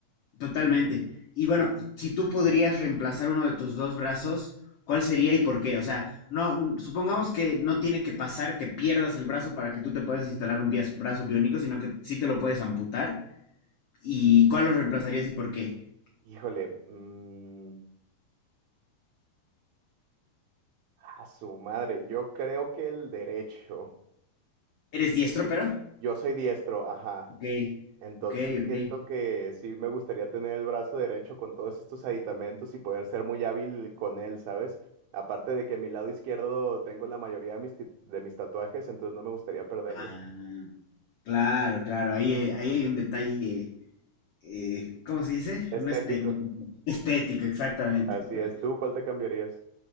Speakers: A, on the left (about 70°); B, on the right (about 85°).
A: totalmente. Y bueno, si tú podrías reemplazar uno de tus dos brazos, ¿cuál sería y por qué? O sea, no, supongamos que no tiene que pasar que pierdas el brazo para que tú te puedas instalar un bias- brazo biónico, sino que sí te lo puedes amputar. ¿Y cuál lo reemplazarías y por qué?
B: Híjole, mm, a su madre, yo creo que el derecho.
A: ¿Eres diestro, pero?
B: Yo soy diestro, ajá.
A: Ok,
B: Entonces
A: ok, ok.
B: siento que sí me gustaría tener el brazo derecho con todos estos aditamentos y poder ser muy hábil con él, ¿sabes? Aparte de que mi lado izquierdo tengo la mayoría de mis, ti- de mis tatuajes, entonces no me gustaría perderlo.
A: Ah, claro, claro, ahí, eh, ahí hay un detalle, eh, ¿cómo se dice? No
B: Estético,
A: es técnico, estético, exactamente,
B: así
A: pues.
B: es. ¿Tú cuál te cambiarías?